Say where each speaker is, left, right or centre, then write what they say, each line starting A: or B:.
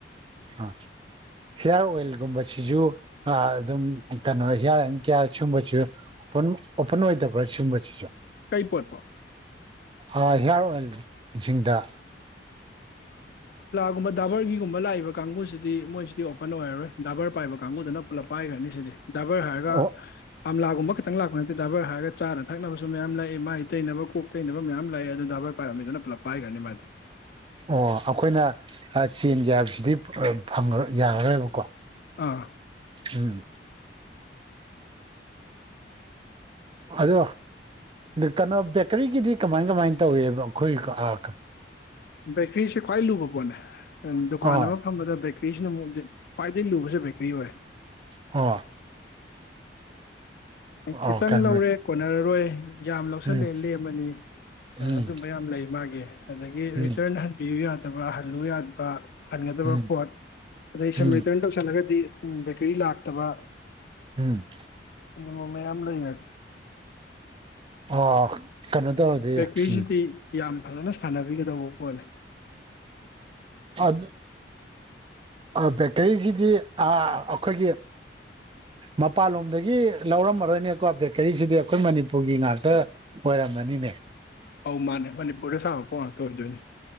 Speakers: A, on the right; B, on the left.
A: ꯑꯥ ꯍꯤꯌꯥꯔ ꯑꯣꯏꯜꯒꯨꯝꯕꯁꯤꯁꯨ ꯑꯗꯨꯝ ꯀꯩꯅꯣ ꯍꯤꯌꯥꯔ ꯑꯦꯟ ꯀꯤꯌꯥꯔ ꯁꯨꯝꯕꯁꯨ ꯑꯣꯄꯟ ꯑꯣꯄꯟ ꯑꯣꯏꯗꯕ꯭ꯔꯥ ꯁꯤꯒꯨꯝꯕꯁꯤꯁꯨ
B: ꯀꯩ ꯄꯔꯄꯥꯎ
A: ꯍꯤꯌꯥꯔ ꯑꯣꯏꯜꯁꯤꯡꯗ
B: ꯒꯨꯝꯕ ꯗꯥꯕꯔꯒꯤꯒꯨꯝꯕ ꯂꯥꯛꯏꯕ ꯀꯥꯡꯕꯨꯁꯤꯗꯤ ꯃꯣꯏꯁꯤꯗꯤ ꯑꯣꯄꯟ ꯑꯣꯏꯔꯔꯣꯏ ꯗꯥꯕꯔ ꯄꯥꯏꯕ ꯀꯥꯡꯕꯨꯗꯨꯅ ꯄꯨꯂꯞ ꯄꯥꯏꯈ꯭ꯔꯅꯤ ꯁꯤꯗꯤ ꯗꯥꯏꯕꯔ ꯍꯥꯏꯔꯒ
A: ꯑꯣ
B: ꯑꯝꯂꯥꯒꯨꯝꯕ ꯈꯤꯇꯪ ꯂꯥꯛꯄ ꯅꯠꯇꯦ ꯗ꯭ꯔꯥꯏꯚꯔ ꯍꯥꯏꯔꯒ ꯆꯥꯅ ꯊꯛꯅꯕꯁꯨ ꯃꯌꯥꯝ ꯂꯥꯛꯦ ꯃꯥꯏ ꯇꯩꯅꯕ ꯀꯣꯛ ꯇꯩꯅꯕ ꯃꯌꯥꯝ ꯂꯥꯛꯑꯦ ꯑꯗꯨ ꯈꯕꯔ ꯄꯥꯏꯔꯝꯃꯤꯗꯨꯅ ꯄꯨꯂꯞ ꯄꯥꯏꯈ꯭ꯔꯅꯤ ꯃꯥꯁꯦ
A: ꯑꯣ ꯑꯩꯈꯣꯏꯅ ꯆꯦꯟ ꯍꯥꯏꯕꯁꯤꯗꯤ ꯐ ꯌꯥꯔꯔꯣꯏꯕꯀꯣ
B: ꯑꯥ
A: ꯎꯝ ꯑꯗꯣ ꯀꯩꯅꯣ ꯕꯦꯀꯔꯤꯒꯤꯗꯤ ꯀꯃꯥꯏ ꯀꯃꯥꯏꯅ ꯇꯧꯋꯦꯕ ꯑꯩꯈꯣꯏꯀꯣ ꯀ
B: ꯕꯦꯀ꯭ꯔꯤꯁꯦ ꯈ꯭ꯋꯥꯏ ꯂꯨꯕ ꯄꯣꯠꯅꯦ ꯗꯨꯀꯥꯟ
A: ꯑꯣ
B: ꯑꯃ ꯐꯝꯕꯗ ꯕꯦꯀ꯭ꯔꯤꯁꯤꯅ ꯑꯃꯨꯛꯗꯤ ꯈ꯭ꯋꯥꯏꯗꯒꯤ ꯂꯨꯕꯁꯦ ꯕꯦꯀ꯭ꯔꯤ ꯑꯣꯏ
A: ꯑ
B: ꯑꯩ ꯈꯤꯇꯪ
A: ꯑꯣ ꯀꯩꯅꯣ
B: ꯂꯧꯔꯦ ꯀꯣꯟꯅꯔꯔꯣꯏ ꯌꯥꯝ ꯂꯧꯁꯜꯂꯦ
A: ꯎꯝ
B: ꯂꯦꯝꯃꯅꯤ
A: ꯎꯝ
B: ꯑꯗꯨꯝꯕ ꯌꯥꯝ ꯂꯩ ꯃꯥꯒꯤ ꯑꯗꯒꯤ ꯔꯤꯇꯔꯟ
A: ꯎꯝ
B: ꯍꯟꯕꯤꯌꯨ ꯌꯥꯗꯕ ꯍꯜꯂꯨ ꯌꯥꯠꯕ ꯍꯟꯒꯗꯕ
A: ꯎꯝ
B: ꯄꯣꯠ ꯑꯗꯩ
A: ꯎꯝ
B: ꯁꯨꯝ ꯔꯤꯇꯔꯟ ꯇꯧꯁꯜꯂꯒꯗꯤ ꯕꯦꯀꯔꯤ ꯂꯥꯛꯇꯕ
A: ꯎꯝ
B: ꯏ ꯃꯃ ꯌꯥꯝ ꯂꯩꯩꯅ
A: ꯑꯣ ꯀꯩꯅꯣ ꯇꯧꯔꯗꯤ
B: ꯕꯦꯀꯔꯤꯁꯤꯗꯤ
A: ꯎꯝ
B: ꯌꯥꯝ ꯐꯖꯅ ꯁꯥꯟꯅꯕꯤꯒꯗꯧꯕ ꯑꯣꯜ
A: ꯍꯝ ꯑ ꯑ ꯀꯔꯤꯁꯤꯗꯤ ꯑꯩꯈꯣꯏꯒꯤ ꯃꯄꯥꯟꯂꯣꯝꯗꯒꯤ ꯂꯧꯔꯝꯃꯔꯣꯏꯅꯦꯀꯣ ꯕꯦꯀꯔꯤꯁꯤꯗꯤ ꯑꯩꯈꯣꯏ ꯃꯅꯤꯄꯨꯔꯒꯤ ꯉꯥꯛꯇ ꯑꯣꯏꯔꯝꯃꯅꯤꯅꯦ
B: ꯑꯧ ꯃꯥꯅꯦ ꯃꯅꯤꯄꯨꯔ ꯁꯥ ꯄꯣꯉ ꯇꯧꯔꯖꯅꯤ